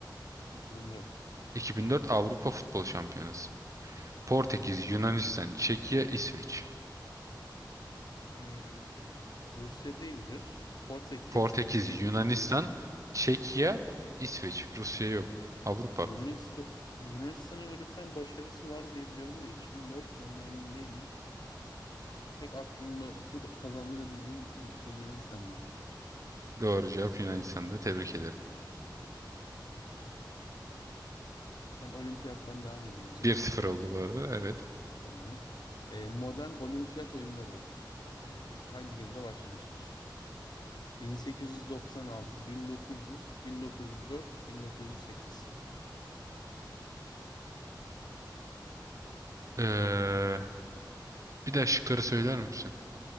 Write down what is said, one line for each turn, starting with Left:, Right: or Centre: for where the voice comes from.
Left: 2004.
Right: 2004 Avrupa Futbol Şampiyonası. Portekiz,
Left: Tamam.
Right: Yunanistan, Çekya, İsveç.
Left: Hmm, Rusya değildir. Portekiz.
Right: Portekiz,
Left: Bir iki
Right: Yunanistan,
Left: şık neydi?
Right: Çekya, İsveç. Rusya yok. Avrupa.
Left: Yunanistan, Yunanistan'ın öyle bir tane başarısı var diye biliyorum da 2004 mü ondan emin değilim. Tek aklımda <laughs> o kazandığını bildiğim şey Yunanistan diyor.
Right: Doğru cevap Yunanistan'da. Tebrik ederim.
Left: Teşekkürler, teşekkürler. Ben olimpiyattan devam edeyim o zaman.
Right: 1-0 oldu bu arada. Evet.
Left: Tamam. Ee, modern olimpiyat oyunları ee, hangi yılda başlamıştır? 1896, 1900, 1904, 1908.
Right: Ee, bir daha şıkları söyler misin?